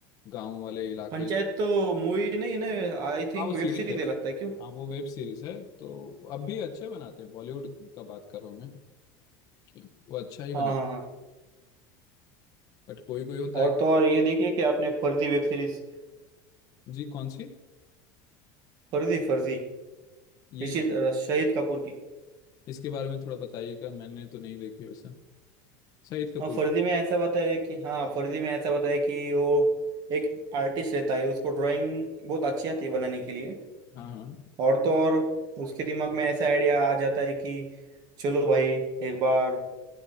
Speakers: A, on the left; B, on the right.
A: गांव वाले इलाके
B: पंचायत तो मूवी नहीं ना आई थिंक
A: हाँ वो
B: वेब
A: सीरीज
B: सीरीज
A: है
B: है लगता है क्यों
A: हाँ वो वेब सीरीज है तो अब भी अच्छे बनाते हैं बॉलीवुड का बात कर रहा हूँ मैं कि वो अच्छा ही बना
B: हाँ हाँ हाँ
A: बट कोई कोई होता
B: और
A: है
B: तो और ये देखिए कि आपने फर्जी वेब सीरीज
A: जी कौन सी
B: फर्जी फर्जी
A: ये
B: ऋषित अ, शहीद कपूर की
A: इसके बारे में थोड़ा बताइएगा मैंने तो नहीं देखी वैसे शाहिद कपूर
B: हाँ फर्जी में ऐसा बताया है कि हाँ फर्जी में ऐसा बताया है कि वो एक आर्टिस्ट रहता है उसको ड्राइंग बहुत अच्छी आती है बनाने के लिए
A: हाँ हाँ
B: और तो और उसके दिमाग में ऐसा आइडिया आ जाता है कि चलो भाई एक बार